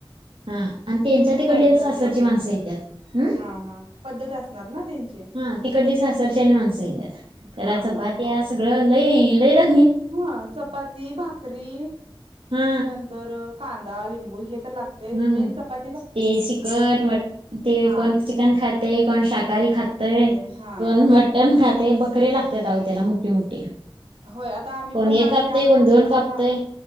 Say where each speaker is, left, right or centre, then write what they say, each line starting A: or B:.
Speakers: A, on the right; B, on the right.
A: हा आणि त्यांच्या
B: नाही ती
A: तिकडली
B: पद्धत
A: अन् सासरची
B: एक
A: माणसं
B: एक
A: येत्यात हम्
B: हा हा पद्धत असणार ना त्यांची
A: हा तिकडली सासरच्या आणि माणसं त्या्यात त्याला
B: हा
A: च
B: हा
A: पा तेह असग लई ल रा
B: हा चपाती भाकरी
A: हा
B: नंतर कांदा लिंबू हे न
A: हम्म ते चिकन मट ते
B: हा
A: कोण चिकन खातय कोण शाकाहारी खातातय
B: खाते हा
A: पण मटण खाते बकरीे लागतात आग त्याला मोठी मोठी
B: होय आता आम्ही
A: कोण
B: पण
A: एक
B: आमच्या
A: कापतय
B: आमच्या
A: कोण दोन
B: बिरोबाला
A: कापतय